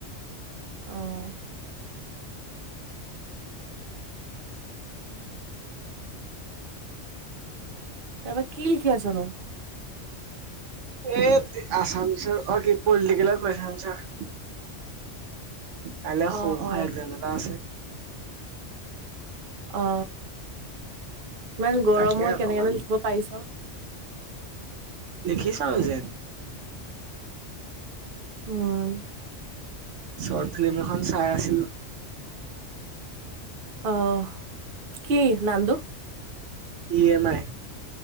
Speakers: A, on the right; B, on the right.
A: অহ। এব কি লিখি আছ' নো?
B: এহ, আছামিছৰ অহ কি, পলিটিকেলৰ কুৱেইছন এঞ্চাৰ। কাইলৈ
A: অ
B: সও খোৱা
A: অ
B: একজাম এটা আছে।
A: অ ইমান গৰমৰ
B: তাকে অকমান
A: কেনেকেঠিব পাৰিছ
B: দেখিছ জ
A: উম
B: চৰ্ট ফিল্ম এখন চাই আছিলো
A: আহ কি নন্দ
B: ই এম আই